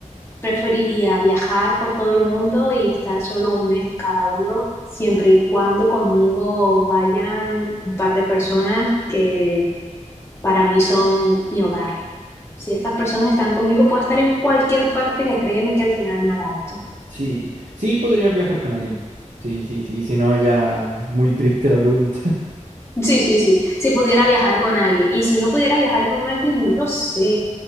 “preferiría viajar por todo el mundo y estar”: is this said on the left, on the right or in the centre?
Left